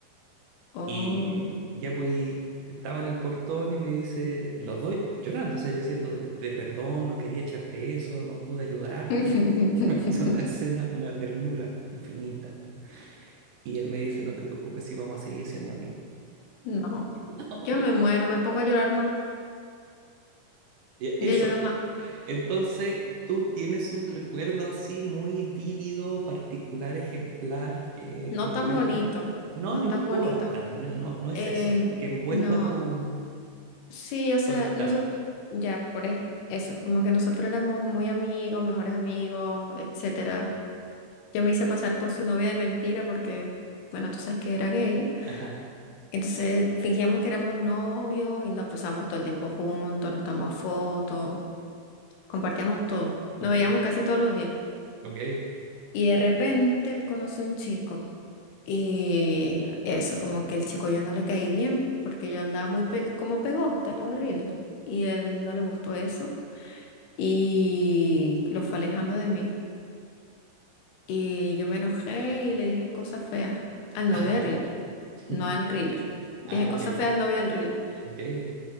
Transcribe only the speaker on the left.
Oh.
<laughs>
No.
Yo me muero, me pongo a llorar más.
Yo lloro más.
No
tan bonito.
No
tan bonito.
Eh,
no.
Sí, o sea,
nosotros, ya, por ej- eso, como que nosotros éramos muy amigos, mejores amigos, etcétera. Yo me hice pasar por su novia de mentira porque, bueno, tú sabes que era gay.
Entonces fingíamos que éramos novios y nos pasamos todo el tiempo juntos, nos tomamos fotos, compartíamos todo.
Nos veíamos casi todos los días.
Y de repente él conoció un chico. Y eso, como que el chico yo no le caí bien porque yo andaba muy pe- como pegosta, la horrible. Y él no le gustó eso. y lo fue alejando de mí. Y yo me enojé y le dije cosas feas al novio
de Riller,
no al Riller. Dije
cosas
feas al novio del Riller.